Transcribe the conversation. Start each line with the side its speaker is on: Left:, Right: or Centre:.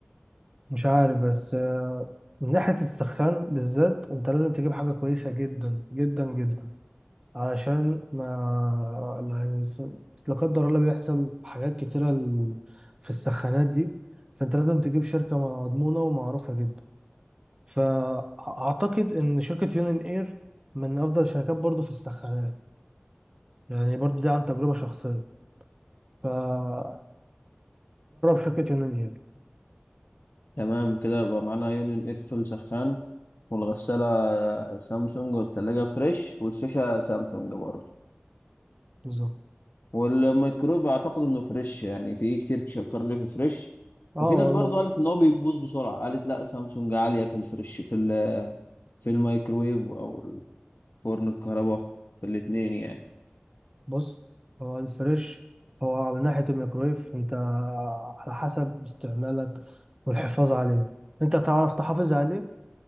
Right: مش عارف بس آه، من ناحية السخان بالذات انت لازم تجيب حاجة كويسة جدا جدا جدا علشان ما يعني س- لا قدر الله بيحصل حاجات كتيرة ال- في السخانات دي فانت لازم تجيب شركة مضمونة ومعروفة جدا فأعتقد إن شركة يونين اير من أفضل الشركات برضو في السخانات يعني برضو دي عن تجربة شخصية فجرب شركة يونين اير
Left: تمام كده يبقى معانا يونيون ايرفل سخان والغساله آه، سامسونج والتلاجة فريش والشاشه سامسونج برضه
Right: بالظبط
Left: والميكرويف اعتقد انه فريش يعني في كتير شكر لي في فريش
Right: اه
Left: وفي ناس برضو قالت ان هو بيبوظ بسرعه قالت لا سامسونج عاليه في الفريش في ال- في الميكرويف او الفرن الكهرباء في الاتنين يعني
Right: بص هو الفريش هو على ناحية الميكرويف انت على حسب استعمالك والحفاظ عليه انت تعرف تحافظ عليه